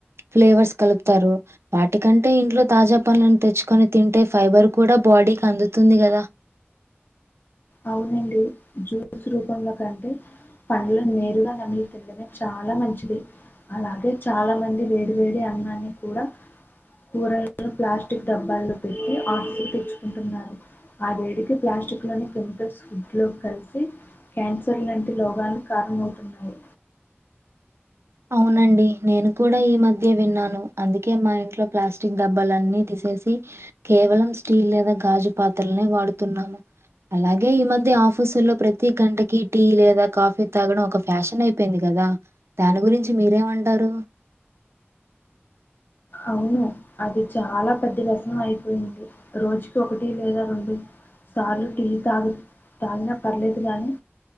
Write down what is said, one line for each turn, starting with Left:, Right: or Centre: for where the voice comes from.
Right: ఫ్లేవర్స్ కలుపుతారు వాటికంటే ఇంట్లో తాజ పండ్లను తెచ్చుకొని తింటే ఫైబర్ కూడా బాడీకి అందుతుంది కదా
Left: అవునండి జ్యూస్ రూపంలో కంటే పండ్లు నేరుగా నమిలి తినడమే చాల మంచిది అలాగే చాల మంది వేడి వేడి అన్నాన్ని కూడ కూరలను ప్లాస్టిక్ డబ్బాల్లో పెట్టి <unintelligible> తెచ్చుకుంటున్నారు ఆ వేడికి ప్లాస్టిక్ లోని ఫుడ్ లో కలిసి క్యాన్సర్ లాంటి రోగాలకు కారణమవుతున్నాయి
Right: అవునండి నేను కూడ ఈ మధ్యే విన్నాను అందుకే మా ఇంట్లో ప్లాస్టిక్ డబ్బాలన్నీ తీసేసి కేవలం స్టీల్ లేదా గాజు పాత్రలనే వాడుతున్నాము అలాగే ఈ మధ్య ఆఫీసుల్లో ప్రతి గంటకి టీ లేదా కాఫీ తాగడం ఒక ఫ్యాషన్ <unintelligible> కదా దాని గురించి మీరేమంటారు
Left: అవును అది చాల పెద్ద వేసనం అయిపోయింది రోజుకి ఒకటి లేదా రెండు సార్లు టీ తాగు తాగినా పర్లేదు గాని